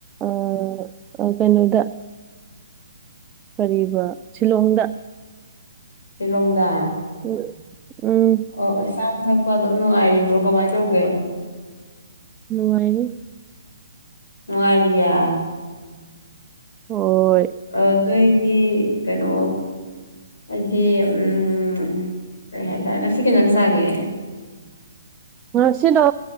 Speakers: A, on the right; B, on the left.
A: ꯎꯝ ꯀꯩꯅꯣꯗ ꯀꯔꯤꯕ ꯁꯤꯂꯣꯡꯗ
B: ꯁꯤꯂꯣꯡꯗ
A: ꯎꯝ ꯎꯝ
B: ꯑꯣ ꯑꯣ ꯆꯥꯕ ꯊꯛꯄ ꯑꯗꯨꯝ ꯅꯨꯡꯉꯥꯏꯔꯤꯕ꯭ꯔꯣ ꯀꯃꯥꯏꯅ ꯇꯧꯔꯤꯒꯦ
A: ꯅꯨꯡꯉꯥꯏꯔꯤ
B: ꯅꯨꯡꯉꯥꯏꯔꯤꯌꯦ
A: ꯍꯣꯏ
B: ꯑꯗꯨꯗꯩꯗꯤ ꯀꯩꯅꯣ ꯍꯥꯏꯗꯤ ꯎꯝ ꯀꯔꯤ ꯍꯥꯏꯇꯥꯔꯦ ꯉꯁꯤ ꯀꯩ ꯑꯦꯟꯁꯥꯡ ꯆꯥꯒꯦ
A: ꯉꯁꯤꯗꯣ